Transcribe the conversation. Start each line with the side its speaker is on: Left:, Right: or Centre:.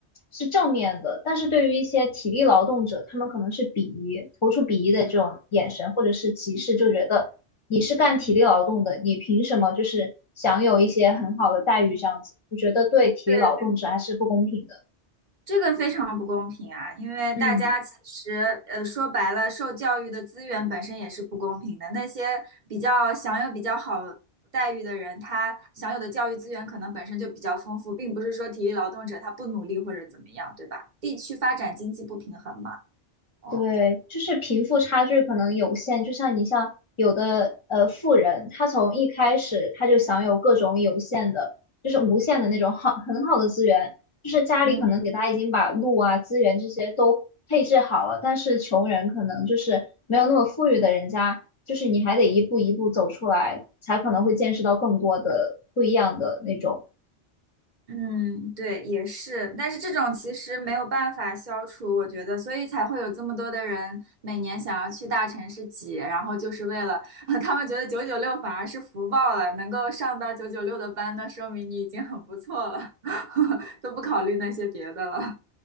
Left: 是正面的，但是对于一些体力劳动者，他们可能是鄙夷，投出鄙夷的这种眼神或者是歧视，就觉得你是干体力劳动的，你凭什么就是享有一些很好的待遇这样子？我觉得对体力劳动者还是不公平的。
Right: 对，这个非常不公平啊，因为大家其实，
Left: 嗯。
Right: 呃，说白了，受教育的资源本身也是不公平的。那些比较享有比较好待遇的人，他享有的教育资源可能本身就比较丰富，并不是说体力劳动者他不努力或者怎么样，对吧？地区发展经济不平衡嘛，哦，
Left: 对，就是贫富差距可能有限，就像你像有的呃富人，他从一开始他就享有各种有限的，就是无限的那种好很好的资源，就是家里可能给他已经把路啊资源这些都配置好了，
Right: 嗯。
Left: 但是穷人可能就是没有那么富裕的人家，就是你还得一步一步走出来，才可能会见识到更多的不一样的那种
Right: 嗯，对，也是，但是这种其实没有办法消除，我觉得，所以才会有这么多的人每年想要去大城市挤，然后就是为了，<laughs> 他们觉得九九六反而是福报了，能够上到九九六的班，那说明你已经很不错了，<laughs> 都不考虑那些别的了。